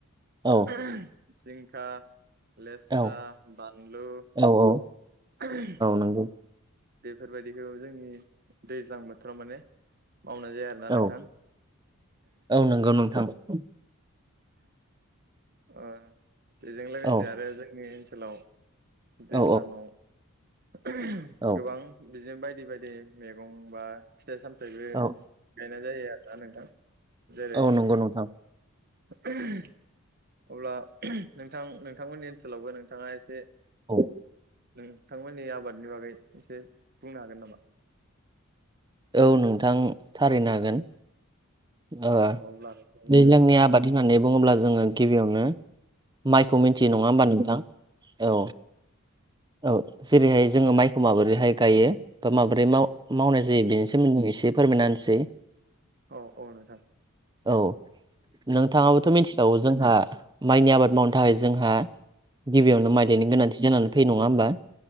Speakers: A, on the right; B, on the right.
A: जिंखा,
B: औ
A: लेस्रा
B: औ
A: बानलु।
B: औ औ
A: <unintelligible>
B: नंगौ
A: बेफोरबायदिखौ जोंनि दैज्लां बोथोराव माने मावनाय जाया आरो ना
B: औ
A: नोंथां,
B: नंगौ औ नोंथां। औ
A: ओ बेजों लोगोसे
B: औ
A: आरो जोंनि ओनसोलाव, दैज्लांआव
B: औ औ
A: गोबां, बिदिनो बायदि बायदि मैगं बा, फिथाइ सामथायबो
B: औ
A: गायनाय जायो आरोना नोंथां जेरै
B: औ नंगौ नोंथां,
A: अब्ला नोंथां नोंथांमोननि ओनसोलावबो नोंथाङा एसे
B: औ
A: नोंथांमोननि आबादनि बागै एसे बुंनो हागोन नामा?
B: औ नोंथां थारैनो हागोन ओ
A: अब्ला नोंथां बुंदो
B: दैज्लांनि आबाद, होननानै बुङोब्ला जोङो गिबियावनो, माइखौ मिथियो नङा होमबा नोंथां औ औ जेरैहाय जोङो माइखौ माबोरै गोयो माबोरै माव मावनाय
A: नोंथां
B: जायो बेनि सोमोन्दै एसे फोरमायना होनिसै,
A: औ औ नोथां।
B: औ नोंथाङाबोथ' मिथिखागौ जोंहा माइनि आबाद मावनो थाखाय जोंहा, गिबियावनो मायलिनि गोनांथि जानानै फैयो नङा होमबा